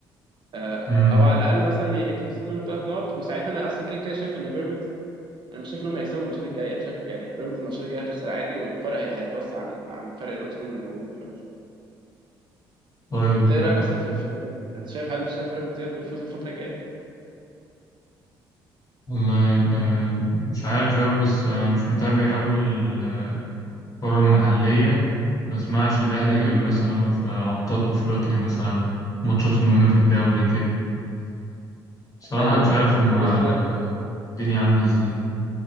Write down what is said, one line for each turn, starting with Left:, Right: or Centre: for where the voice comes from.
Right: آه،
Left: مم.
Right: او على الاقل مثلا يتخصم منه الثلاث نقط وساعتها انا اصلا كده كده شايف ان بيراميدز انا مش شايف ان هم هيكسبوا الماتشات الجايه انا شايف يعني بيراميدز الماتشات الجايه هتخسر عادي والفرق هي- هيتوسع عن عن فرق النقطتين اللي موجودين دلوقتي
Left: طيب
Right: انت ايه
Left: حلو
Right: رايك اصلا في في بيراميدز انت شايف هل شايف بيراميدز يقدر يفوز الفتره الجايه دي
Left: والله آه، مش عارف أوي بس آه، مش متابع أوي الكرة المحلية بسمعش الأهلي
Right: امم
Left: غير مثلا في أبطال أفريقيا مثلا الماتشات المهمة في الدوري كده صراحة
Right: ايوه
Left: أنا مش
Right: ايوه
Left: عارف هما
Right: بص
Left: الدنيا عاملة ازاي